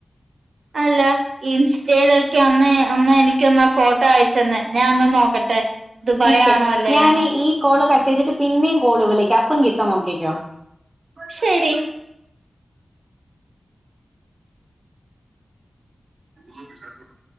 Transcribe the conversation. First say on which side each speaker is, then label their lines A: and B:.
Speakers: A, on the right (about 80°); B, on the right (about 20°).
A: അല്ല ഇൻസ്റ്റയിലൊക്കെ ഒന്ന് അന്ന് എനിക്കൊന്നാ ഫോട്ടോ അയച്ചെന്ന ഞാൻ അന്ന് നോക്കട്ടെ ദുബായ്
B: നിക്ക്
A: ആണോ അല്ലേന്ന്
B: ഞാൻ ഈ കോള് കട്ട് ചെയ്തിട്ട് പിന്നെയും കോള് വിളിക്കാം അപ്പം കിട്ടോ നോക്കിക്കോ
A: ശരി <unintelligible>